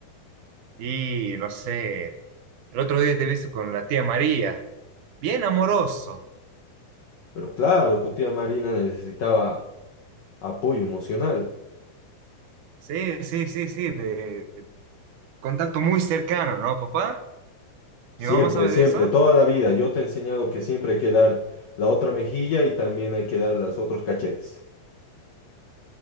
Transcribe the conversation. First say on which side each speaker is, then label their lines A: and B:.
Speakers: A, on the right; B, on the left.
A: Y no sé, el otro día te he visto con la tía María, bien amoroso.
B: Pero claro, tu tía Marina necesitaba apoyo emocional.
A: Sí, sí, sí, sí, de contacto muy cercano, ¿no, papá? ¿Mi
B: Siempre,
A: mamá sabe
B: siempre,
A: de eso?
B: toda la vida. Yo te he enseñado que siempre hay que dar la otra mejilla y también hay que dar los otros cachetes.